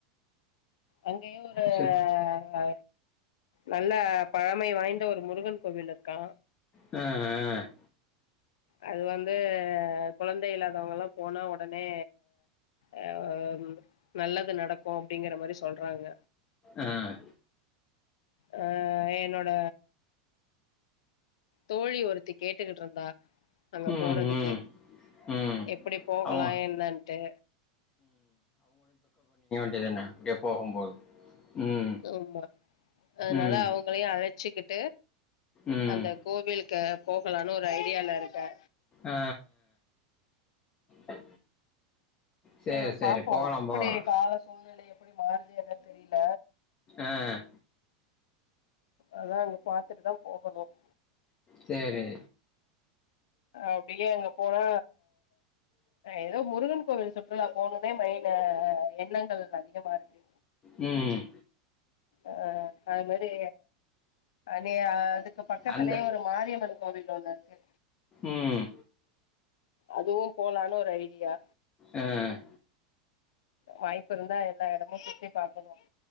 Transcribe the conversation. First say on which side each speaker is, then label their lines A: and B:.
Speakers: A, on the left; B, on the left.
A: அங்கே ஒரு
B: சரி.
A: அ நல்ல பழமை வாய்ந்த ஒரு முருகன் கோவில் இருக்கா
B: உஹம் உஹம்
A: அது வந்து கொழந்தை இல்லாதவங்கல்லா போனா உடனே அஹ் நல்லது நடக்கு அப்டிங்கிற மாரி சொல்றாங்க
B: ஆஹ்
A: அஹ் என்னோட தோழி ஒருத்தி கேட்டுகிட்டுடிருந்தா அங்க
B: ம்,
A: போறதுக்கு
B: ம், ம்.
A: எப்டி போகலா
B: அவங்க
A: என்னான்ட்டு
B: இது என்ன அப்புடியே போகும்போது ம்,
A: ஆமா அதனால
B: ம்,
A: அவங்களையும் அழைச்சிக்கிட்டு
B: ம்.
A: அந்த கோவிலுக் ங்க போகலான்னு ஒரு ஐடியால இருக்கே
B: ஆ ஆ சரி,
A: ஆஹ்
B: சரி.
A: பாப்போம்
B: போகலாம்,
A: எப்புடி
B: போகலாம்.
A: கால சூழ்நிலை எப்பிடி மாறுது என்னன்னு தெரியல
B: ஆஹ்
A: அதான் அங்க பாத்துட்டுதா போகணும்
B: சரி.
A: அப்டியே அங்க போனா ஏதோ முருகன் கோவில் சுற்றுலா போனதே மைல எண்ணங்கள் அதிகமா இருக்கு
B: உஹம்
A: அஹ் அது மாரி நீ அது இங்க பக்கத்திலேயே
B: அந்த
A: ஒரு மாரியம்மர் தாதி இருக்கு
B: ம்.
A: அதுவும் போலான ஒரு ஐ ய்யா
B: உஹம்
A: வாய்ப்பு இருந்தா எல்லா இடமு சுத்தி பாக்கணும்